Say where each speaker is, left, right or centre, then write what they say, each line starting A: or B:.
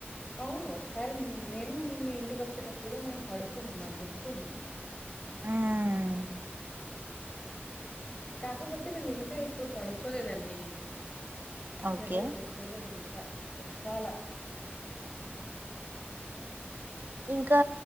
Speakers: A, on the left; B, on the right.
A: అవును ఒకసారి నేను మీ ఇంటికి వచ్చేటప్పుడు కూడా మనం పడుకున్నాం నాకు గుర్తుంది.
B: ఉమ్
A: కాకపోతే మేము ఇంకా ఇప్పుడు పడుకోలేదండి.
B: ఓకే
A: టెర్రస్ ఎక్కలేదు ఇంకా ఎక్కాల
B: ఇంకా